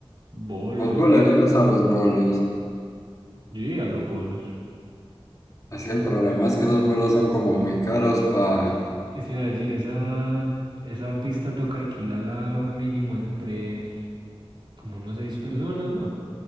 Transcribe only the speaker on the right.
bolos.
Yo iría a los bolos.
Es iba a decir, esa, esa pista toca alquilarla mínimo entre como unos seis personas, ¿no?